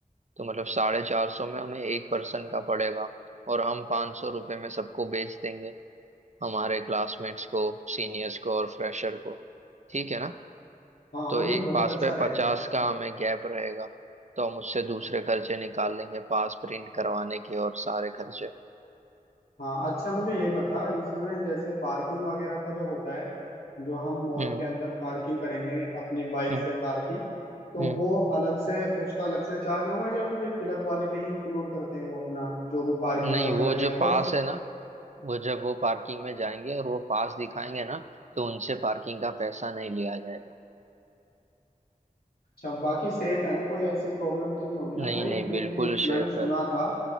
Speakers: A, on the right; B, on the left.
A: तो मतलब साढ़े चार सौ में हमें एक पर्सन का पड़ेगा और हम पाँच सौ रुपये में सबको बेच देंगे हमारे क्लासमेट्स को सीनियर्स को और फ्रेशर को ठीक है ना
B: हाँ
A: तो
B: हाँ नहीं
A: एक
B: बहुत
A: पास
B: अच्छा
A: पे
B: रहेगा
A: पचास का हमें गैप रहेगा तो हम उससे दूसरे खर्चे निकाल लेंगे पास प्रिंट करवाने के और सारे खर्चे
B: हाँ अच्छा मुझे ये बता इसमें जैसे पार्किंग वगैरह का जो होता है जो हम मॉल
A: हम्म
B: के अंदर पार्किंग करेंगे अपनी बाइक
A: हम्म
B: से कार की तो
A: हम्म
B: वो अलग से उसका अलग से चार्ज होगा या फिर ये क्लब वाले में ही इंक्लूड करते हैं वो अपना जो भी पार्किंग
A: नहीं
B: वगैरह
A: वो
B: रहेगा
A: जो
B: और
A: पास है ना वो जब वो पार्किंग में जाएंगे और वो पास दिखाएंगे ना तो उनसे पार्किंग का पैसा नहीं लिया जाएगा
B: अच्छा बाकी सेफ है ना कोई ऐसी प्रॉब्लम तो नहीं होगी ना
A: नहीं
B: भाई
A: नहीं
B: क्योंकि
A: बिल्कुल शेफ
B: मैंने सुना
A: है
B: था